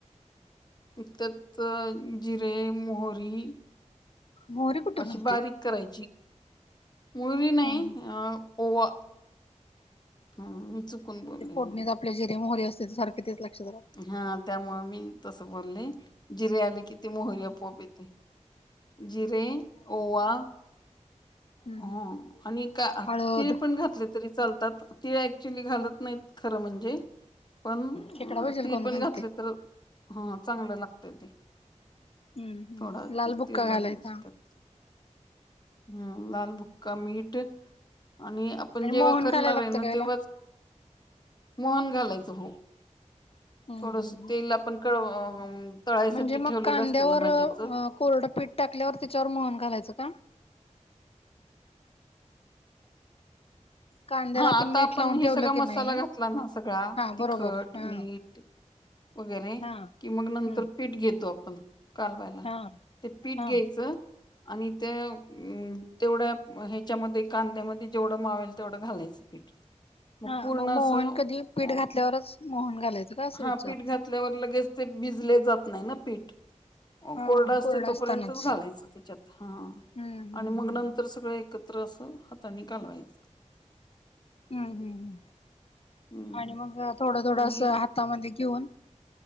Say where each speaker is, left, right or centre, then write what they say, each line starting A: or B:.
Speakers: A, on the left; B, on the left.
A: त्यातच जिरे, मोहरी
B: मोहरी कुठे घालतेत
A: अशी बारीक करायची. मोहरी नाही
B: हम्म हम्म
A: अ ओवा. ह. मी चुकून बोलले
B: ते फोडणीत
A: ह.
B: आपल्या जिरे मोहरी असत्यात ते. सारख तेच लक्षात रहातात.
A: हा त्यामुळे मी तसं बोलले. जिरे आले कि ती मोहरी आपोआप येती. जिरे, ओवा.
B: हम्म
A: हो आणि का
B: हळद
A: तीळ पण घातले तरी चालतात. तिळ ऍक्च्युली घालत नाहीत खरं म्हणजे. पण
B: खेकडा भजीला
A: तीळ
B: कोण
A: पण
B: घालते
A: घातली तर, ह चांगलं लागते ते.
B: हम्म हम्म.
A: थोडा
B: लाल
A: ते
B: बुक्का
A: तीळ घालायचे
B: घालायचा?
A: त्यात हम्म लाल बुक्का, मीठ आणि आपण
B: मोहन
A: जेव्हा करणारे
B: घालायला लागतं
A: ना
B: का याला
A: तेव्हाच मोहन घालायच, हो.
B: हम्म
A: थोडस
B: हम्म हम्म.
A: तेल आपण कळव <unintelligible>
B: म्हणजे मग
A: ठेवलेलं
B: कांद्यावर
A: असतं ना भज्याचं
B: कोरड पीठ टाकल्यावर त्याच्यावर मोहन घालायचं का? कांद्याला
A: हा आता
B: मीठ
A: आपण
B: लावून
A: हे
B: ठेवलं
A: सगळा मसाला
B: की नाही
A: घातला ना. सगळा.
B: हा
A: तिखट,
B: बरोबर हा
A: मीठ वगैरे,
B: हा.
A: कि मग नंतर
B: हम्म
A: पीठ घेतो आपण. कालवायला,
B: हा
A: ते पीठ
B: हा
A: घ्यायचं. आणि त्या तेवढ्या ह्याच्यामध्ये कांद्यामध्ये जेवढं मावेल तेवढं घालायचं पीठ. मग
B: हा
A: पूर्ण
B: म मोहन
A: असं
B: कधी? पीठ
A: अं
B: घातल्यावरच मोहन घालायचं? का असं
A: हा
B: विचारते
A: पीठ घातल्यावर लगेच ते भिजले जात नाही ना पीठ.
B: हा
A: कोरड असतय
B: कोरडा
A: तोपर्यंतच
B: असतानाच
A: घालायच त्याच्यात. हा.
B: हम्म हम्म
A: आणि मग
B: हम्म.
A: नंतर सगळे एकत्र अस हातानी कालवायचं.
B: हम्म हम्म हम्म,
A: हम्म
B: आणि मग थोडं थोडं
A: आणि
B: अस हा हातामध्ये घेऊन